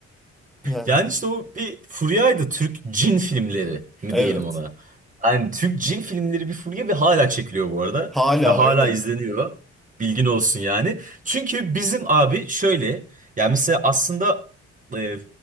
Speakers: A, in the centre; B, on the right.
A: Yani
B: Yani işte o bir furyaydı. Türk cin filmleri mi
A: evet.
B: diyelim ona. Yani Türk cin filmleri bir furya ve hala çekiliyor bu arada.
A: Hala
B: Ve hala
A: aynen.
B: izleniyor. Bilgin olsun yani. Çünkü bizim abi şöyle. Yani mesela aslında e,